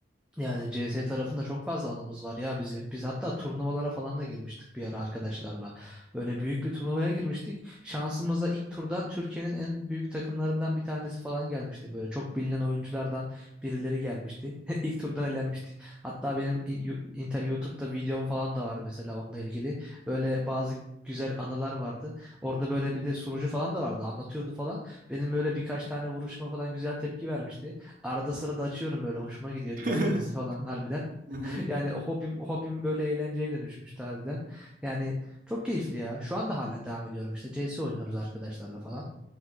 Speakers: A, in the centre; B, on the right.
A: Yani CS tarafında çok fazla anımız var ya bizim. Biz hatta turnuvalara falan da girmiştik bir ara arkadaşlarla. Böyle büyük bir turnuvaya girmiştik. Şansımıza ilk turdan Türkiye'nin en büyük takımlarından bir tanesi falan gelmişti. Böyle çok bilinen oyunculardan birileri gelmişti. <laughs> İlk turdan elenmiştik. Hatta benim in- yu- inter- YouTube'da videom falan da var mesela onunla ilgili. Böyle bazı güzel anılar vardı. Orada böyle bir de sunucu falan da vardı. Anlatıyordu falan. Benim böyle birkaç tane vuruşma falan güzel tepki vermişti. Arada sırada açıyorum böyle hoşuma gidiyordu
B: <laughs>
A: izlemesi falan harbiden. <laughs>
B: Hı hı.
A: Yani hobim hobim böyle eğlenceye dönüşmüştü harbiden. Yani çok keyifli ya. Şu anda halen devam ediyorum işte CS oynuyoruz arkadaşlarla falan.